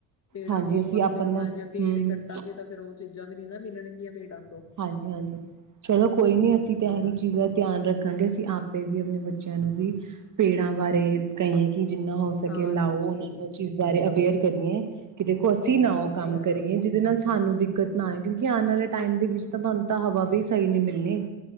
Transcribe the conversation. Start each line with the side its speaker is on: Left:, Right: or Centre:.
Left: ਪੇੜਾਂ
Right: ਹਾਂਜੀ
Left: ਤੋਂ ਆਪਾਂ
Right: ਅਸੀਂ
Left: ਨੂੰ
Right: ਆਪਣਾ
Left: ਮਿਲਦਾ ਜੇ ਪੇੜੇ
Right: ਹਮ
Left: ਕੱਟਾਂਗੇ
Right: ਹਮ
Left: ਤਾਂ ਫੇਰ ਉਹ ਚੀਜ਼ਾਂ ਵੀ ਨਹੀਂ ਨਾ ਮਿਲਣਗੀਆਂ ਭੇੜਾਂ
Right: ਹਾਂਜੀ, ਹਾਂਜੀ ਚਲੋ ਕੋਈ
Left: ਹੋਰ
Right: ਨੀ ਅਸੀਂ ਤਾਂ
Left: ਕਿਆ
Right: ਇਹੀ ਚੀਜ਼ ਦਾ ਧਿਆਨ ਰੱਖਾਂਗੇ, ਅਸੀਂ ਆਪੇ ਵੀ ਆਪਣੇ ਬੱਚੇ ਬੱਚਿਆਂ ਨੂੰ ਵੀ ਪੇੜਾਂ ਬਾਰੇ ਕਈਏ ਕਿ ਜਿੰਨਾ ਹੋ ਸਕੇ
Left: ਹਾਂਜੀ
Right: ਲਾਓ, ਉਹਨਾ ਨੂੰ ਉਹ ਚੀਜ਼ ਬਾਰੇ ਅਵੇਅਰ ਕਰੀਏ। ਕਿ ਦੇਖੋ ਅਸੀਂ
Left: ਹੋਰ
Right: ਨਾ ਉਹ ਕੰਮ
Left: ਕਿਆ
Right: ਕਰੀਏ ਜਿਹਦੇ ਨਾਲ ਸਾਨੂੰ ਦਿੱਕਤ ਨਾ ਆਏ, ਕਿਉਂਕਿ ਆਣ ਵਾਲੇ ਟਾਈਮ ਦੇ ਵਿੱਚ ਤਾਂ ਸਾਨੂੰ ਤਾਂ ਹਵਾ ਵੀ ਸਹੀ ਨੀ ਮਿਲਣੀ।